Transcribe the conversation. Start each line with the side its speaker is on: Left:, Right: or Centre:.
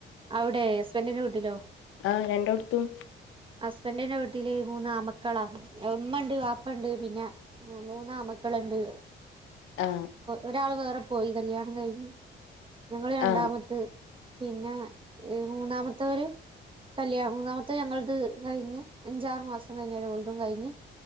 Right: അവിടെ ഹസ്ബന്റിന്റെ വീട്ടിലോ
Left: ആഹ് രണ്ടോട്ത്തും
Right: ഹസ്ബൻഡിന്റെ വീട്ടില് മൂന്നാമക്കളാ ഉമ്മ ഉണ്ട് വാപ്പണ്ട് പിന്നെ മൂന്നാമക്കള്ണ്ട്
Left: ആ
Right: ഒരാൾ വേറെ പോയി കല്യാണം കഴിഞ്ഞ് ഞങ്ങള് രണ്ടാമത്ത്
Left: ആ
Right: പിന്നെ മൂന്നാമത്തെര് കല്യാ മൂന്നാമത്തെ ഞങ്ങൾ - ഞങ്ങൾത് കഴിഞ്ഞ് അഞ്ചാറ് മാസം കഴിഞാരെ ഓലതും കഴിഞ്ഞ്